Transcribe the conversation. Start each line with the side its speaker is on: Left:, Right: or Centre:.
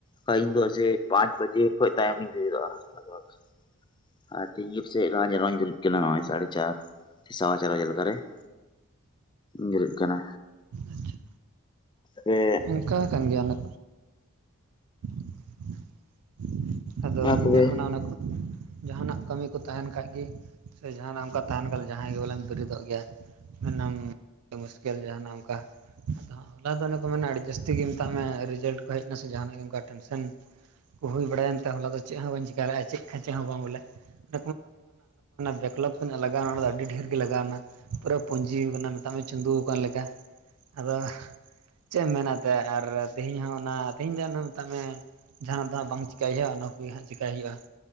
Left: ᱠᱟᱡ ᱤᱧ ᱫᱚ ᱡᱮ ᱯᱟᱸᱪ ᱵᱟᱡᱮ ᱠᱷᱚᱭᱚᱡ ᱛᱟᱭᱚᱢ ᱤᱧ ᱵᱮᱨᱮᱫᱚᱜᱼᱟ ᱞᱟᱜᱵᱷᱟᱜᱽ ᱼᱼ ᱟᱨ ᱛᱮᱦᱤᱧ ᱜᱮ ᱯᱟᱹᱥᱮᱫ ᱡ ᱨ ᱠ ᱥᱟᱲ ᱪᱟᱨ ᱥᱮ ᱥᱣᱟ ᱪᱟᱨ ᱵᱟᱡᱟᱞ ᱠᱷᱟᱨᱮ <inaudible> ᱵᱮᱨᱮᱫ ᱠᱟᱱᱟ
Right: ᱟᱪᱪᱷᱟ
Left: ᱮ
Right: ᱚᱱᱠᱟ ᱠᱟᱱ ᱜᱮᱭᱟᱱᱟ ᱾ ᱟᱫᱚ
Left: ᱢᱟ ᱛᱚᱵᱮ
Right: ᱡᱟᱦᱟᱸᱱᱟᱜ ᱚᱱᱟ ᱠᱚ ᱡᱟᱦᱟᱸᱱᱟᱜ ᱠᱟᱹᱢᱤ ᱠᱚ ᱛᱟᱦᱮᱸ ᱠᱷᱟᱭᱡ ᱜᱮ ᱥᱮ ᱡᱟᱦᱟᱸᱱᱟᱜ ᱚᱱᱠᱟ ᱛᱟᱦᱮᱸᱱ ᱠᱷᱟᱱ ᱡᱟᱦᱟᱭ ᱜᱮ ᱵᱚᱞᱮᱱ ᱵᱮᱨᱮᱫᱚᱜ ᱜᱮᱭᱟ ᱾ <unintelligible> ᱡᱟᱦᱟᱱᱟᱜ ᱚᱱᱠᱟ ᱟᱫᱚ ᱦᱚᱞᱟ ᱫᱚ ᱚᱱᱮ ᱠᱚ ᱢᱟᱱᱮ ᱟᱹᱰᱤ ᱡᱟᱹᱥᱛᱤ ᱜᱮ ᱢᱮᱛᱟᱜ ᱢᱮ ᱨᱮᱡᱟᱞᱴ ᱠᱚ ᱦᱮᱡ ᱱᱟ ᱥᱮ ᱡᱟᱦᱟᱱᱟᱜ ᱜᱮ ᱚᱱᱠᱟ ᱴᱮᱱᱥᱮᱱ ᱦᱩᱭ ᱵᱟᱲᱟᱭᱮᱱᱛᱮ ᱦᱚᱞᱟ ᱫᱚ ᱪᱮᱫ ᱦᱚᱸ ᱵᱟᱹ ᱪᱤᱠᱟᱨᱮᱼᱟ ᱪᱮᱜ ᱠᱷᱟᱪᱟ ᱦᱚᱸ ᱵᱟᱝ ᱵᱚᱞᱮ ᱾ <unintelligible> ᱵᱮᱠᱞᱚᱯ ᱛᱟᱱᱟᱹ ᱞᱟᱜᱟᱣ ᱮᱱᱟ ᱚᱱᱟ ᱫᱚ ᱟᱹᱰᱤ ᱰᱷᱮᱨ ᱜᱮ ᱞᱟᱜᱟᱣ ᱮᱱᱟ ᱾ ᱯᱩᱨᱟᱹ ᱯᱩᱸᱡᱤ ᱣᱠᱟᱱᱟ ᱢᱮᱛᱟᱜ ᱢᱮ ᱪᱩᱸᱫᱚᱳ ᱟᱠᱟᱱ ᱞᱮᱠᱟ ᱟᱫᱚ ᱪᱮᱫ ᱮᱢ ᱢᱮᱱᱟᱜᱛᱮ ᱟᱨ ᱛᱮᱦᱤᱧ ᱦᱚᱸ ᱚᱱᱟ ᱛᱮᱦᱤᱧ ᱫᱚ ᱮᱱᱦᱚᱸ ᱢᱮᱛᱟᱜ ᱢᱮ ᱡᱟᱦᱟᱱᱟᱜ ᱫᱚ ᱵᱟᱝ ᱪᱤᱠᱟᱹᱭ ᱦᱩᱭᱩᱜᱼᱟ ᱚᱱᱟ ᱠᱚᱮᱜᱮ ᱦᱟᱸᱜ ᱪᱤᱠᱟᱭ ᱦᱩᱭᱩᱜᱼᱟ ᱾